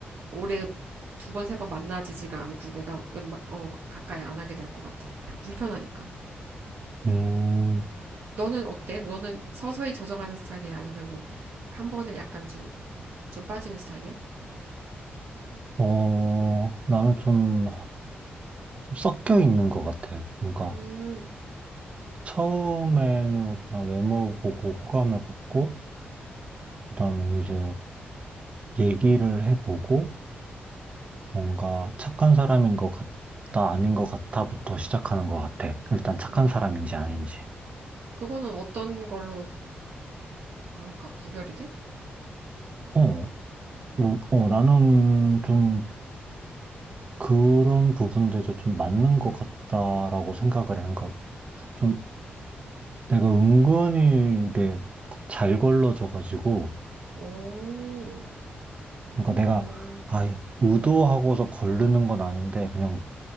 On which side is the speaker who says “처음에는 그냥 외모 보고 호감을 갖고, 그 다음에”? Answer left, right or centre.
Right